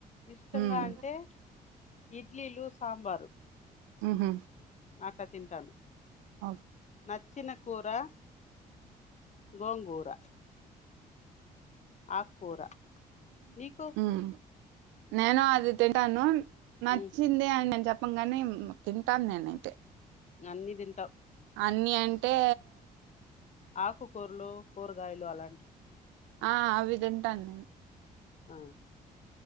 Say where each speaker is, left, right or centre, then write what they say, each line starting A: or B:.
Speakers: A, on the left (about 35°); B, on the right (about 65°).
A: ఇష్టంగా
B: ఉమ్,
A: అంటే ఇడ్లీలు, సాంబారు.
B: ఊహ్మ్
A: అట్ల తింటాను
B: ఓ
A: నచ్చినకూర గోంగూర ఆకుకూర నీకు
B: ఉమ్ నేను అది తిన్ టను నచ్చిందే
A: ఉమ్,
B: అని నేను చెప్పను గాని తింటాను నేనైతే
A: అన్నీ తింటావ్
B: అన్ని అంటే
A: ఆకుకూరలు, కూరగాయలు అలాంటివి.
B: ఆ అవి తింటాను నేను
A: ఆ